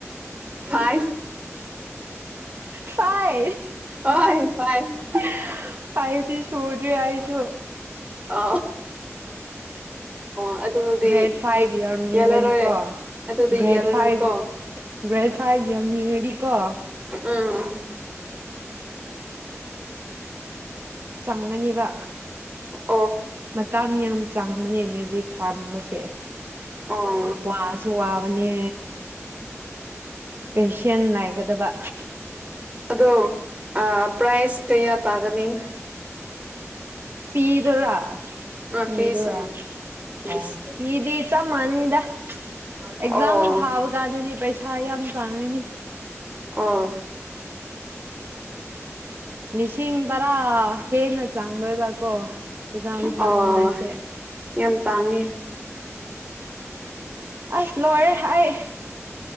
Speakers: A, on the right; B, on the right.
A: ꯐꯥꯏ
B: ꯐꯥꯏ
A: ꯍꯣꯏ ꯐꯥꯏꯚ
B: ꯐꯥꯏꯚꯗꯤ ꯁꯨꯔꯗꯔꯦ ꯑꯁꯨ
A: ꯑ ꯑꯣ ꯑꯗꯨꯗꯤ
B: ꯒ꯭ꯔꯦꯠ ꯐꯥꯏꯚ ꯌꯎꯅꯤꯡꯉꯗꯤꯀꯣ
A: ꯌꯥꯜꯂꯔꯣꯏ ꯑꯗꯨꯗꯤ
B: ꯒ꯭ꯔꯦꯠ
A: ꯌꯥꯜꯂꯔꯣꯏꯀꯣ
B: ꯐꯥꯏꯚ ꯒ꯭ꯔꯦꯠ ꯐꯥꯏꯚ ꯌꯎꯅꯤꯡꯉꯗꯤꯀꯣ
A: ꯎꯝ
B: ꯆꯪꯉꯅꯦꯕ
A: ꯎꯝ
B: ꯃꯇꯥ ꯃꯤꯌꯥꯝꯗ ꯆꯪꯕꯅꯦ ꯃ꯭ꯌꯨꯖꯤꯛ ꯄꯥꯝꯕꯁꯦ
A: ꯑꯣ
B: ꯋꯥꯁꯨ ꯋꯥꯕꯅꯦ ꯄꯦꯁꯦꯟ ꯂꯩꯒꯗꯕ
A: ꯑꯗꯣ ꯑ ꯄꯥꯏꯁ ꯀꯌꯥ ꯄꯒꯅꯤ
B: ꯄꯤꯗꯣꯏꯔꯥ
A: ꯑ
B: ꯄꯤꯗꯣꯏꯔꯥ
A: ꯐꯤꯁ ꯎꯝ ꯐꯤꯁ
B: ꯑꯣ ꯄꯤꯗꯤ ꯆꯞ ꯃꯥꯟꯅꯩꯗ
A: ꯑꯣ
B: ꯑꯦꯛꯖꯥꯝ ꯊꯥꯕ ꯀꯥꯟꯗꯗꯤ ꯄꯩꯁꯥ ꯌꯥꯝ ꯆꯥꯡꯉꯅꯦ
A: ꯑ
B: ꯂꯤꯁꯤꯡ ꯔꯥ ꯍꯦꯟꯅ ꯆꯥꯡꯗꯣꯏꯕꯀꯣ ꯍꯛꯖꯥꯝ
A: ꯑꯣ
B: ꯊꯥꯅꯤꯡꯉꯥꯏꯁꯦ
A: ꯌꯥꯝ ꯇꯥꯡꯉꯦ
B: ꯑꯁ ꯂꯔꯦ ꯍꯥꯏ